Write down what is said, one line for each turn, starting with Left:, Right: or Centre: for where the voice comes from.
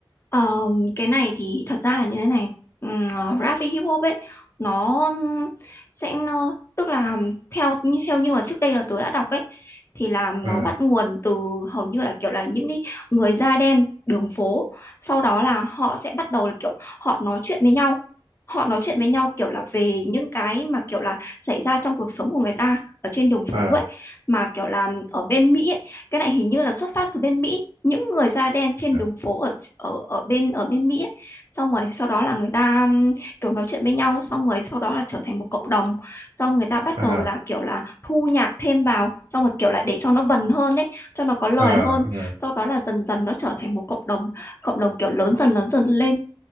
Left: Ờ, cái này thì thật ra là như thế này um, rap với hip hop ấy nó ừm, sẽ nó- tức là theo như theo như mà trước đây là tôi đã đọc ấy thì là nó
Right: Ờ,
Left: bắt nguồn từ hầu như là kiểu là những cái người da đen đường phố sau đó là họ sẽ bắt đầu là kiểu họ nói chuyện với nhau họ nói chuyện với nhau kiểu là về những cái mà kiểu là xảy ra trong cuộc sống của người ta ở trên đường
Right: ờ,
Left: phố ấy mà kiểu là ở bên Mỹ ấy, cái này hình như là xuất phát từ bên Mỹ những người da đen trên
Right: ờ,
Left: đường phố ở ở ở bên ở bên Mỹ ấy. Xong rồi sau đó là người ta um, kiểu nói chuyện với nhau xong rồi sau đó là trở thành một cộng đồng xong người ta bắt
Right: ờ,
Left: đầu là kiểu là thu nhạc thêm vào xong rồi kiểu lại để cho nó vần hơn ấy cho nó có lời
Right: ờ,
Left: hơn
Right: ờ,
Left: sau đó là dần dần nó trở thành một cộng đồng cộng đồng kiểu lớn dần lớn dần lên